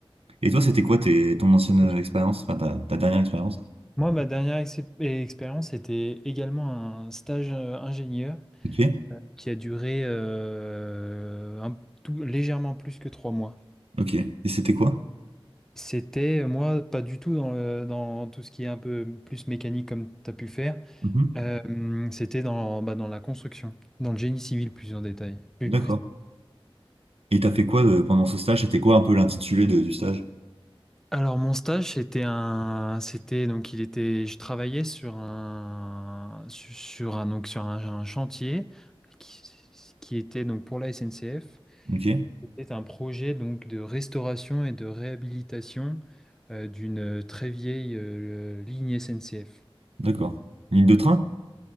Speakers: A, on the right (about 80°); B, in the centre.
A: Et toi, c'était quoi tes, ton ancienne euh,
B: Ok.
A: expérience, enfin ta, ta dernière expérience?
B: Moi, ma dernière ex- expérience était également un stage euh, ingénieur
A: Ok,
B: qui a duré euh, un tout- légèrement plus que trois mois.
A: ok. Et c'était quoi?
B: C'était, euh, moi, pas du tout dans, le- dans tout ce qui est un peu plus mécanique comme tu as pu faire.
A: Mhm,
B: Euh, c'était dans, bah, dans la construction, dans le génie civil plus en détail, plus
A: D'accord. Et t'as fait quoi euh, pendant ce stage? C'était quoi un peu l'intitulé de- du stage?
B: Alors mon stage c'était un c'était donc il était je travaillais sur un su- sur un donc sur un, un chantier qui, qui était donc pour la SNCF.
A: Ok,
B: C'était un projet donc de restauration et de réhabilitation euh, d'une euh, très vieille euh, ligne SNCF.
A: d'accord. Ligne de train?